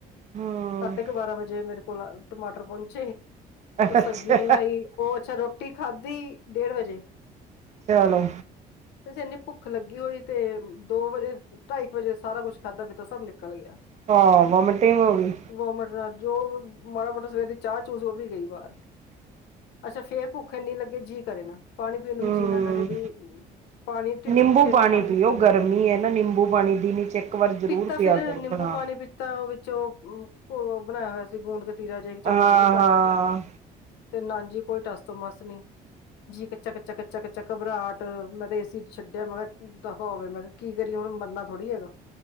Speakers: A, on the right (about 45°); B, on the left (about 85°).
A: ਹੂੰ।
B: ਸਾਢੇ ਕੁ ਬਾਰਾਂ ਵਜੇ ਮੇਰੇ ਕੋਲ ਟਮਾਟਰ ਪਹੁੰਚੇ।
A: ਅੱਛਾ,
B: ਤਾਂ ਸਬਜ਼ੀ ਬਣਾਈ ਉਹ ਅੱਛਾ ਰੋਟੀ ਖਾਧੀ ਡੇਢ ਵਜੇ।
A: ਚਲੋ।
B: ਵੈਸੇ ਇੰਨੀ ਭੁੱਖ ਲੱਗੀ ਹੋਈ ਤੇ ਦੋ ਵਜੇ। ਢਾਈ ਕੁ ਵਜੇ ਸਾਰਾ ਕੁੱਝ ਖਾਧਾ ਪੀਤਾ ਸਭ ਨਿਕਲ ਗਿਆ ਹੈ।
A: ਹਾਂ ਵੋਮੀਟਿੰਗ ਹੋ ਗਈ।
B: ਵੋਮੀਟ ਨਾਲ ਜੋ ਮਾੜਾ ਮੋਟਾ ਸਵੇਰ ਦੀ ਚਾਹ। ਪੀਤੀ ਸੀ ਉਹ ਵੀ ਗਈ ਬਾਹਰ ਅੱਛਾ ਫੇਿਰ ਭੁੱਖੇ ਐਨੀ ਲੱਗੇ ਜੀਅ ਕਰੇ ਨਾ। ਪਾਣੀ ਪੀਣ ਨੂੰ
A: ਹੂੰ,
B: ਵੀ ਜੀਅ ਨਾ ਕਰੇ ਵੀ। ਪਾਣੀ ਢਿੱਡ
A: ਨਿੰਬੂ
B: ਭੁੱਖੇ ਨਾਲ ਪਾਣੀ
A: ਪੀਓ
B: ਨਾ ਚੰਗਾ ਲੱਗੇ
A: ਗਰਮੀ ਹੈ ਨਾ ਨਿੰਬੂ ਪਾਣੀ ਦਿਨ ਵਿੱਚ ਇੱਕ ਵਾਰ ਜ਼ਰੂਰ
B: ਪੀਤਾ
A: ਪਿਆ
B: ਫਿਰ
A: ਕਰੋ
B: ਨਿੰਬੂ
A: ਬਣਾ
B: ਪਾਣੀ ਪੀਤਾ। ਤਾਂ ਉਹ ਵਿੱਚ ਉਹ ਬਣਾਇਆ ਹੋਇਆ ਸੀ ਗੂੰਦ ਕੁ ਤੀਰਾ ਜਾ
A: ਕੇ
B: ਇੱਕ ਚਮਚ
A: ਹਾਂ-ਹਾਂ।
B: ਉਹ। ਪਾਇਆ ਤੇ ਨਾ ਜੀ ਕੋਈ ਟਸ ਤੋਂ ਮਸ ਨਹੀਂ। ਜੀ ਕੱਚਾ ਕੱਚਾ ਕੱਚਾ ਕੱਚਾ ਘਬਰਾਹਟ ਮੈਂ ਤੇ ਏਸੀ ਛੱਡਿਆ ਮੈਂ ਕਿਹਾ ਦਫ਼ਾ ਹੋਵੇ ਮੈਂ ਕਿਹਾ। ਕੀ ਕਰੀਏ ਹੁਣ ਮਰਨਾ ਥੋੜ੍ਹੀ ਹੈਗਾ